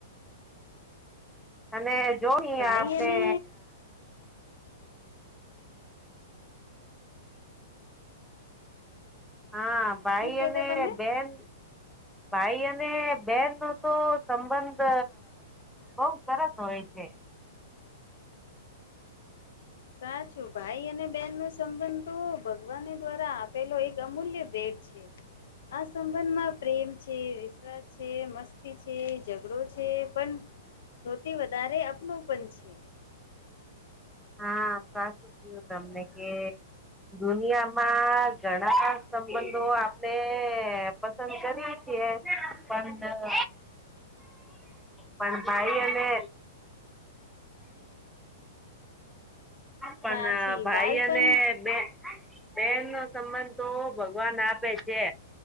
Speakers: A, in the centre; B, on the left.
A: અને જોને
B: ભાઈ
A: આપણે
B: અને
A: હા ભાઈ
B: શું કેતા
A: અને
B: તમે?
A: બેન. ભાઈ અને બેન નો તો સંબંધ બઉ સરસ હોય છે.
B: સાચું ભાઈ અને બેહેન નો સંબંધ તો ભગવાન દ્વારા આપેલો એક અમૂલ્ય બેટ છે. આ સંબંધમાં પ્રેમ છે વિશ્વાસ છે મસ્તી છે ઝઘડો છે પણ સૌથી વધારે અપનપન છે.
A: હા સાચું થયું તમને કે દુનિયામાં ઘણાય સંબંધો આપણે પસંદ કરીએ છીએ પણ <unintelligible>
B: <inaudible>
A: પણ ભાઈ અને પણ
B: સાચી
A: ભાઈ
B: બાલપણ
A: અને બે બેનનો સંબંધ તો ભગવાન આપે છે.